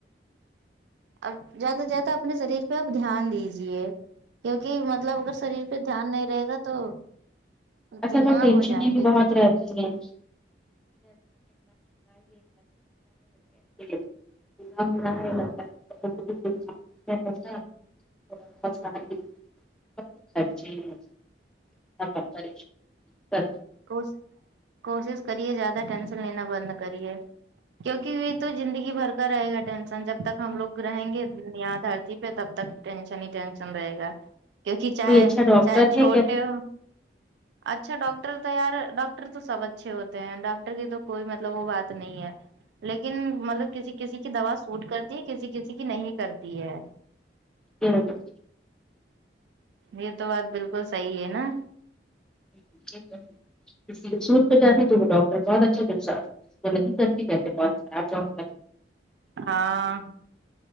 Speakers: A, on the right; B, in the centre.
A: اب زیادہ سے زیادہ اپنے شریر پہ آپ دھیان دیجیے کیونکہ مطلب اگر شریر پہ دھیان نہیں رہے گا تو
B: اصل
A: بیمار
B: میں ٹینشنیں
A: ہو جائیں
B: میں بھی
A: گے
B: بہت رہتی ہیں <unintelligible> <unintelligible> <unintelligible> <unintelligible>
A: کو کوشش کریے زیادہ ٹینشن لینا بند کریے کیونکہ یہ تو زندگی بھر کا رہے گا ٹینسن جب تک ہم لوگ رہیں گے یہا دھرتی پہ تب تک ٹینشن ہی ٹینشن رہے گا کیونکہ
B: کوئی
A: چاہے
B: اچھا ڈاکٹر
A: چاہے
B: ہے
A: چھوٹے
B: کیا
A: ہو اچھا ڈاکٹ ر تویار ڈاکٹر تو سب اچھے ہوتے ہیں ڈاکٹر کی تو کوئی مطلب وہ بات نہیں ہے لیکن مطلب کسی کسی کی دوا سوٹ کرتی ہے کسی کسی کی نہیں کرتی ہے
B: <unintelligible>
A: یہ تو بات بالکل صحیح ہے نا
B: <unintelligible> جانے تو وہ ڈاکٹر بہت اچھا دسا ہے <unintelligible> کہتے بہت خراب ڈ
A: ہاں